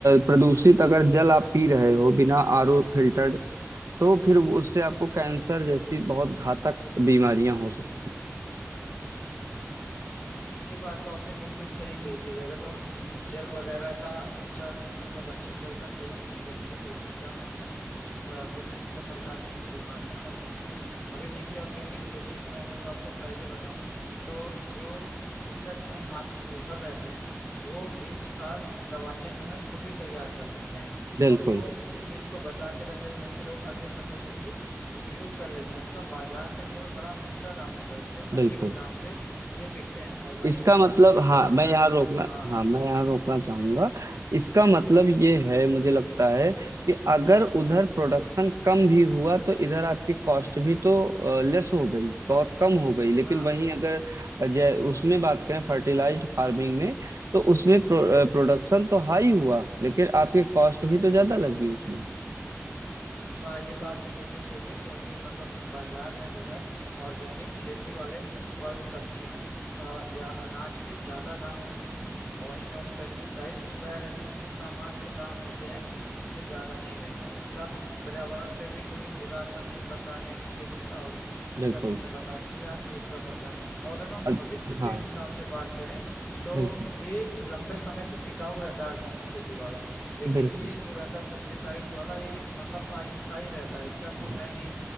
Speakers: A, on the right; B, on the left.
A: प्रदूषित अगर जल आप पी रहे हो बिना आरओ फिल्टर्ड तो फिर उससे आपको कैंसर जैसी बहुत घातक बीमारियां हो सकती
B: ये बात तो आपने बिल्कुल सही कही कि अगर जो हम जल वगैरह का अच्छा मतलब अच्छे जल का सेवन नहीं करेंगे तो उसके कारण हमें भिन्न भिन्न प्रकार की जो बीमारियां हो सकती हैं अभी देखिए ऑर्गेनिक खेती के मैं अगर जो आपको फायदे बताऊं तो जो कृषक हैं आत्मनिर्भर रहते हैं वो बीज खाद दवाइयां जो है खुद ही तैयार कर लेते हैं क्योंकि
A: बिल्कुल
B: वो उसी बीज को बचा के रख लेते हैं फिर वो अगली फसल के लिए उपयोग कर लेते हैं और इसका बाजार में जो है बड़ा ऊंचा दाम मिलता है इसके अधिक
A: बिल्कुल
B: दाम पे ये बिकते हैं और वहीं
A: इसका मतलब
B: जो
A: हाँ
B: पेस्टिसाइड
A: मैं यहाँ रोकना
B: हाँ
A: हाँ मैं यहाँ रोकना चाहूंगा इसका मतलब ये है मुझे लगता है कि अगर उधर प्रोडक्शन कम भी हुआ तो इधर आपकी कॉस्ट भी तो लेस हो गई बहुत कम हो गई लेकिन
B: हाँ
A: वहीं अगर जै उसमें बात करें फर्टिलाइज्ड फार्मिंग में तो उसमें प्रो, प्रोडक्शन तो हाई हुआ लेकिन आपकी कॉस्ट भी तो ज्यादा लगी उसमें
B: हाँ ये बात तो बिल्कुल सही है क्योंकि मतलब बाजार में जो है ऑर्गेनिक खेती वाले फल सब्जियों अ, या अनाज के ज्यादा दाम मिलते हैं और वहीं जो हम पेस्टिसाइड से उगाए रहते हैं इसके सामान से दाम होते हैं उनसे ज्यादा नहीं रहते हैं और इसका पर्यावरण पे भी कोई बुरा असर नहीं पड़ता ऑर्गेनिक खेती का और इसका
A: बिल्कुल
B: तो हमने बता ही लिया तो इसका पड़ता है और अगर हम
A: अग-
B: भविष्य
A: हाँ
B: के हिसाब से बात करें तो
A: बिल्कुल
B: ये लंबे समय तक टिकाऊ रहता है ऑर्गेनिक खेती वाला लेकिन
A: बिल्कुल
B: ये जो रहता है पेस्टिसाइड्स वाला ये मतलब अस्थायी रहता है इसका कोई
A: हाँ
B: है नहीं